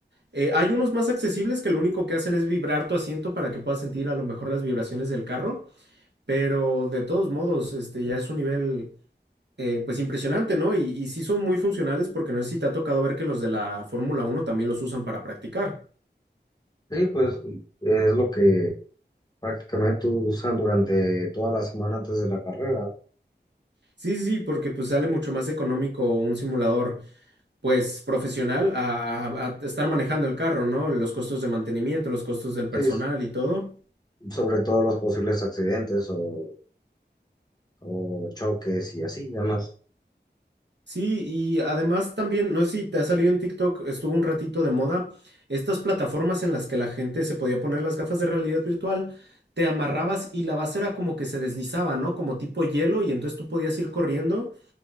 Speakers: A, on the right; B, on the left.
A: Eh, hay unos más accesibles que lo único que hacen es vibrar tu asiento para que puedas sentir a lo mejor las vibraciones del carro, pero de todos modos, este ya es un nivel eh, pues impresionante, ¿no? Y, y sí son muy funcionales porque no sé si te ha tocado ver que los de la Fórmula uno también los usan para practicar.
B: Sí, pues es lo que prácticamente usan durante toda la semana antes de la carrera.
A: Sí, sí, sí, porque pues sale mucho más económico un simulador pues profesional a, a- a estar manejando el carro, ¿no? Los costos de mantenimiento, los costos del personal
B: Sí, es
A: y todo.
B: sobre todos los posibles accidentes o, o choques y así, además.
A: Sí, y además también, no sé si te ha salido en TikTok, estuvo un ratito de moda, estas plataformas en las que la gente se podía poner las gafas de realidad virtual, te amarrabas y la base era como que se deslizaba, ¿no? Como tipo hielo y entonces tú podías ir corriendo